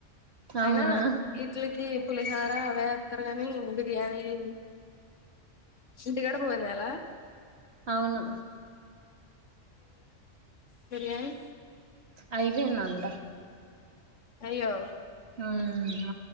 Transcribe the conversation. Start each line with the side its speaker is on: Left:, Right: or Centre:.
Left: అయినా
Right: అవునా
Left: ఇట్లికి పులిహార అవే ఎత్తారు కానీ బిర్యానీ ఏ ఇంటికడ భోజనాల
Right: అవును
Left: బిరియాని
Right: అయిపొయింది వంట
Left: అయ్యో
Right: ఊహ